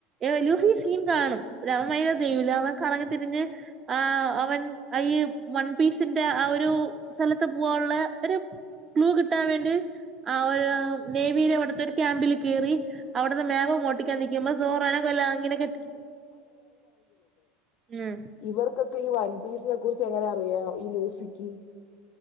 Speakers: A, on the right; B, on the left.
A: ഏ ലൂഫി സീൻ കാണും. രാമായണ ജ്യൂല അവൻ കറങ്ങി തിരിഞ്ഞ് ആ് അവൻ ഐവൺപീസിന്റെ ആ. ഒരു സ്ഥലത്ത് പോകാനുള്ള ഒരു ക്ലൂ കിട്ടാൻ വേണ്ടി. ആ നേവിയിലെ അവിടുത്തെ ഒരു ക്യാമ്പിൽ കീറി അവിടുത്തെ മേവം മോട്ടിക്കാൻ നിൽക്കുമ്പോ സോറാന കൊല്ല അങ്ങനെ.
B: <unintelligible>
A: ഉം
B: ഇവർക്കൊക്കെ ഈ വൺപീസ് കുറിച്ച് എങ്ങനെ അറിയാം ഈ ലൂഷിക്ക്.